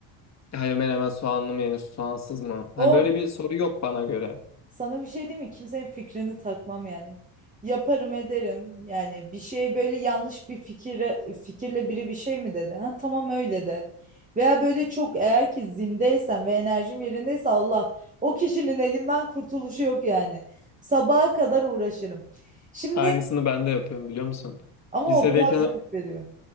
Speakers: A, on the left (about 35°); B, on the right (about 15°).
A: Hayır menemen soğanlı mı yenir, soğansız mı? Hani
B: O
A: böyle bir soru yok bana göre.
B: Sana bir şey diyeyim mi? Kimsenin fikrini takmam yani. Yaparım ederim. Yani bir şey böyle yanlış bir fikire, fikirle biri bir şey mi dedi? Ha, tamam öyle de. Veya böyle çok eğer ki zindeysen ve enerjim yerindeyse Allah o kişinin elimden kurtuluşu yok yani. Sabaha kadar uğraşırım. Şimdi
A: Aynısını ben de yapıyorum biliyor musun?
B: ama
A: Lisedeyken
B: o biraz zevk veriyor.